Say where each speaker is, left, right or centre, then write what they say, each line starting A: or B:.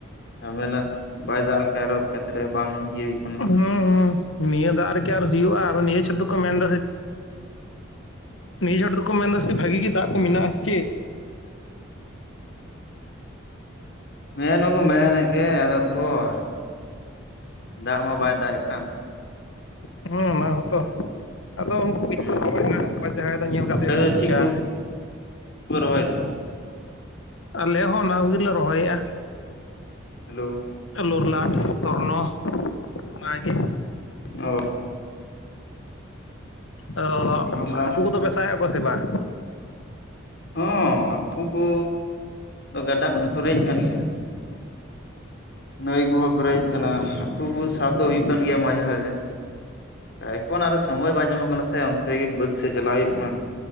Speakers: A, on the left (about 60°); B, on the left (about 80°).
A: ᱡᱷᱟᱢᱮᱞᱟ᱾ ᱵᱟᱭ ᱫᱟᱜ ᱞᱮᱠᱷᱟᱱᱡ ᱟᱨᱚ ᱠᱷᱮᱛᱨᱮ ᱵᱟᱝ ᱤᱭᱟᱹ ᱦᱩᱭᱩᱜ ᱠᱟᱱᱟ᱾
B: ᱦᱩᱸ ᱦᱩᱸ᱾ ᱱᱤᱭᱟᱹ ᱫᱟᱜ ᱨᱮᱠᱤ ᱟᱨ ᱦᱩᱭᱩᱜ-ᱟ, ᱟᱨᱚ ᱱᱤᱭᱟᱹ ᱪᱷᱟᱹᱛᱩ ᱠᱚ ᱢᱮᱱᱫᱟ ᱥᱮ ᱱᱤᱭᱟᱹ ᱡᱷᱟᱴ ᱫᱚᱠᱚ ᱢᱮᱱ ᱮᱫᱟ ᱥᱮᱪᱮᱫ ᱵᱷᱟᱹᱜᱤ ᱜᱮ ᱫᱟᱜ ᱠᱚ ᱢᱮᱱᱟᱜᱼᱟ ᱥᱮ ᱪᱮᱫ᱾
A: ᱦᱩᱸ᱾ ᱦᱮᱸ ᱱᱚᱣᱟ ᱠᱚ ᱢᱮᱱᱮᱫ ᱜᱮ ᱟᱫᱚ ᱚᱠᱚᱨ ᱫᱟᱜ ᱢᱟ ᱵᱟᱭ ᱫᱟᱜ ᱮᱫ ᱠᱟᱱ᱾
B: ᱦᱮᱸ ᱚᱱᱟ ᱦᱚᱸᱛᱚ᱾ ᱟᱫᱚ ᱩᱱᱠᱩ ᱠᱤᱪᱷᱩ
A: ᱦᱮᱸ
B: ᱦᱚᱲ ᱦᱮᱱᱟᱜ ᱠᱚᱣᱟ ᱡᱟᱦᱟᱸᱭ ᱫᱚ ᱧᱮᱞ ᱠᱟᱛᱮᱫ
A: ᱟᱯᱮ
B: ᱜᱮ
A: ᱫᱚ
B: ᱠᱚ ᱵᱩᱡᱟ᱾
A: ᱪᱮᱫ ᱦᱩᱲᱩ ᱯᱮ ᱨᱚᱦᱚᱭᱮᱫᱟ?
B: ᱟᱞᱮ ᱦᱚᱸ ᱚᱱᱟ ᱠᱚᱜᱮᱞᱮ ᱨᱚᱦᱚᱭᱮᱫ-ᱟ᱾
A: ᱦᱮᱞᱳ
B: ᱞᱚᱨᱞᱟᱴ, ᱥᱚᱨᱱᱚ ᱚᱱᱟᱜᱮ᱾
A: ᱚ᱾
B: ᱚ
A: ᱦᱚᱸ
B: ᱦᱟᱹᱠᱩ ᱠᱚᱫᱚ ᱯᱮ ᱥᱟᱭᱮᱫ ᱠᱚᱣᱟ ᱥᱮ ᱵᱟᱝ?
A: ᱦᱚᱸ ᱦᱟᱹᱠᱩ ᱠᱚ ᱜᱟᱰᱟ ᱠᱚᱫᱚ ᱯᱮᱨᱮᱡ ᱟᱠᱟᱱ ᱜᱮᱭᱟ᱾ ᱱᱟᱹᱭ ᱠᱚᱦᱚᱸ ᱯᱮᱨᱮᱡ ᱟᱠᱟᱱᱟ, ᱦᱟᱹᱠᱩ ᱠᱚ ᱥᱟᱵ ᱫᱚ ᱦᱩᱭᱩᱜ ᱠᱟᱱ ᱜᱮᱭᱟ ᱢᱟᱡᱷᱮ ᱥᱟᱡᱷᱮ᱾ ᱮᱠᱷᱚᱱ ᱟᱨᱚ ᱥᱚᱢᱚᱭ ᱵᱟᱭ ᱧᱟᱢᱚᱜ ᱠᱟᱱᱟ ᱥᱮ ᱚᱱᱛᱮ ᱜᱮ ᱵᱟᱹᱫ ᱥᱮᱫ ᱪᱟᱞᱟᱣ ᱦᱩᱭᱩᱜ ᱠᱟᱱᱟ᱾